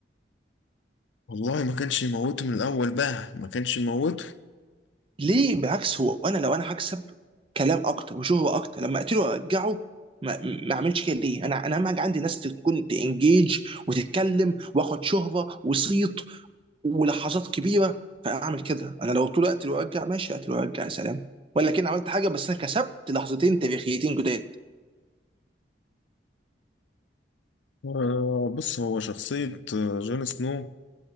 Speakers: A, on the left; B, on the right.
A: والله ما كانش يموته من الاول بقى ما كانش يموته
B: ليه بالعكس هو انا لو انا هكسب كلام اكتر وشهره اكتر لما اقتله وارجعه ما ما اعملش كده ليه؟ انا انا اهم حاجه عندي ناس تكون تنجيج وتتكلم واخد شهره وصيت ولحظات كبيره فاعمل كده انا لو طول الوقت وارجع ماشي اقتل وارجع يا سلام ولا كان عملت حاجه بس انا كسبت لحظتين تاريخيتين جداد
A: آه، بص هو شخصية آه، جون سنو